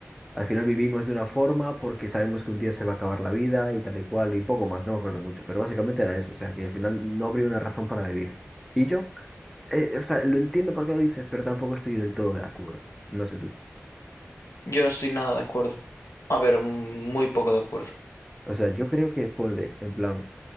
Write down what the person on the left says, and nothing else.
Yo no estoy nada de acuerdo. A ver, mm, muy poco de acuerdo.